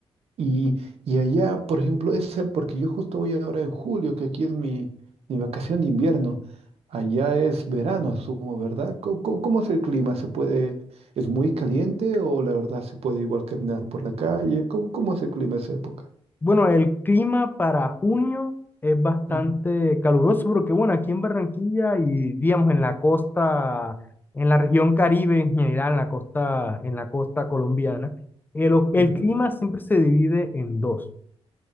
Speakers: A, on the right; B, on the left.
A: Y, y allá, por ejemplo, ese, porque yo justo voy ahora en julio, que aquí es mi, mi vacación de invierno. Allá es verano, asumo, ¿verdad? ¿Cómo, cómo- cómo es el clima? ¿Se puede, es muy caliente o la verdad se puede igual caminar por la calle? ¿Cómo, cómo es el clima esa época?
B: Bueno, el clima para junio es bastante
A: Ujú,
B: caluroso porque, bueno, aquí en Barranquilla y, digamos, en la costa, en la región Caribe en general, en la costa, en la costa colombiana, el, o- el
A: ujú.
B: clima siempre se divide en dos,